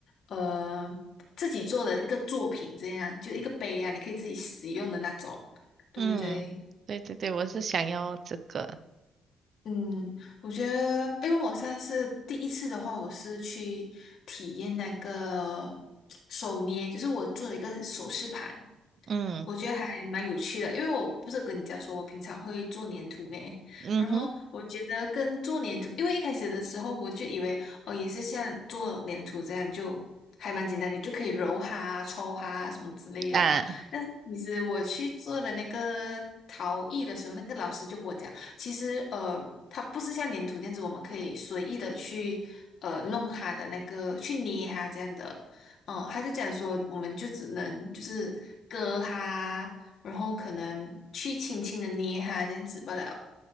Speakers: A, on the left; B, on the right.
A: 呃，自己做的一个作品，这样就一个杯啊，你可以自己使用的那种，对不对？
B: 嗯，对对对，我是想要这个。
A: 嗯，我觉得，因为我上次第一次的话，我是去体验那个手捏，就是我做了一个首饰盘，
B: 嗯
A: 我觉得还蛮有趣的，因为我不是跟你讲说，我平常会做粘土咩？
B: 嗯哼
A: 然后我觉得跟做粘土，因为一开始的时候我就以为哦，也是像做粘土这样，就还蛮简单，你就可以揉它啊抽它啊什么之类的。
B: 啊
A: 但是其实我去做的那个陶艺的时候，那个老师就跟我讲，其实呃，它不是像粘土这样子，我们可以随意的去呃弄它的那个，去捏它这样的。嗯，他就讲说，我们就只能就是割它，然后可能去轻轻的捏它这样子不了。